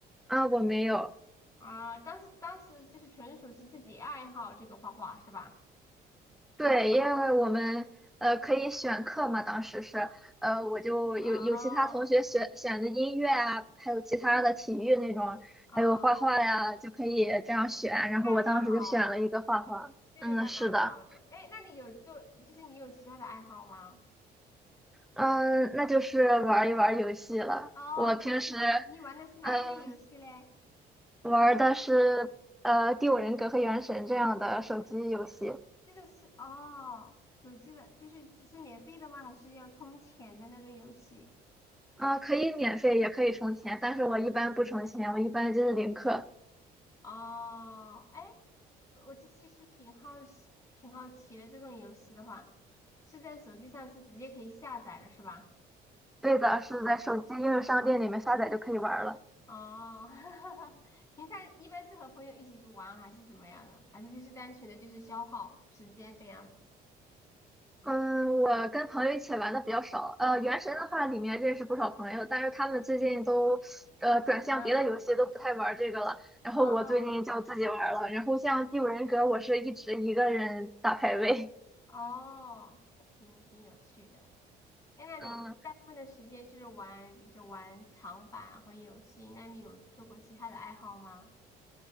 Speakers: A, in the centre; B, on the left.
A: 啊，我没有。
B: 啊，当时当时就是纯属是自己爱好这个画画是吧？
A: 对，因为我们呃可以选课嘛，当时是呃我就有有其他同学选选的音乐啊，
B: 哦
A: 还有其他的体育那种，
B: 哦，
A: 还有画画呀，就可以这样选。然后我当时就选了一个画画。
B: 那蛮好的，对，
A: 嗯，
B: 那蛮好的。
A: 是的，
B: 哎，那你有做，就是你有其他的爱好吗？
A: 嗯，那就是玩一玩游戏了。
B: 哦，
A: 我平时
B: 游戏，你玩的是哪一类游戏嘞？
A: 嗯玩的是呃《第五人格》和《原神》这样的手机游戏。
B: 这个是哦，手机的，就是只是免费的吗？还是要充钱的那种游戏？
A: 啊、可以免费，也可以充钱，但是我一般不充钱，我一般就是零氪。
B: 哦，哎，我我其其实挺好奇，挺好奇的。这种游戏的话，是在手机上是直接可以下载的，是吧？
A: 对的，是在手机应用商店里面下载就可以玩儿了。
B: 哦，<laughs> 平常一般是和朋友一起去玩，还是怎么样的？还是就是单纯的就是消耗时间这样子？
A: 嗯，我跟朋友一起玩的比较少。呃，原神的话，里面认识不少朋友，但是他们最近都呃转向别的游戏，
B: 嗯，
A: 都不太玩这个了。然后我最近就自己玩了。
B: 哦
A: 然后像《第五人格》，我是一直一个人打排位。
B: 哦，还挺挺有趣的。哎，那你大部分的时间就是玩，
A: <laughs> 嗯
B: 就是玩长板和游戏。那你有做过其他的爱好吗？